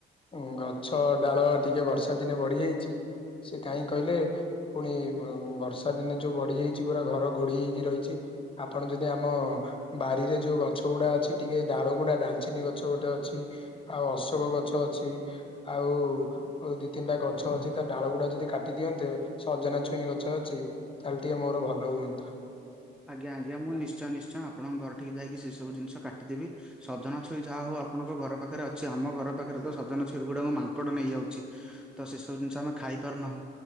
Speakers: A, on the left; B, in the centre.
A: ଉଁ ଗଛ ଡାଳ ଟିକେ ବର୍ଷା ଦିନେ ବଢିଯାଇଚି ସେ କାହିଁ କହିଲେ ପୁଣି ବ ବର୍ଷା ଦିନେ ଯୋଉ ବଢ଼ିଯାଇଚି ପୁରା ଘର ଘୋଡ଼େଇ ହେଇକି ରହିଚି। ଆପଣ ଯଦି ଆମ ବାରିରେ ଯୋଉ ଗଛ ଗୁଡ଼ା ଅଛି ଟିକେ ଡାଳଗୁଡ଼ା ଡାଲଚିନି ଗଛ ଗୋଟେ ଅଛି ଆଉ ଅଶୋକ ଗଛ ଅଛି ଆଉ ଓ ଦି ତିନିଟା ଗଛ ଅଛି ତା ଡାଳ ଗୁଡ଼ା ଯଦି କାଟି ଦିଅନ୍ତେ ସଜନା ଛୁଇଁ ଗଛ ଅଛି। ତାହେଲେ ଟିକେ ମୋର ଭଲ ହୁଅନ୍ତା।
B: ଆଜ୍ଞା, ଆଜ୍ଞା ମୁଁ ନିଶ୍ଚୟ ନିଶ୍ଚୟ ଆପଣଙ୍କ ଘରଠିକି ଯାଇକି ସେ ସବୁ ଜିନଷ କାଟିଦେବି। ସଜନା ଛୁଇ ଯାହା ହଉ ଆପଣଙ୍କ ଘର ପାଖରେ ଅଛି। ଆମ ଘର ପାଖରେ ତ ସଜନା ଛୁଇ ଗୁଡା ଆମ ମାଙ୍କଡ ନେଇଯାଉଛି। ତ ସେସବୁ ଜିନିଷ ଆମେ ଖାଇପାରୁନାହୁଁ।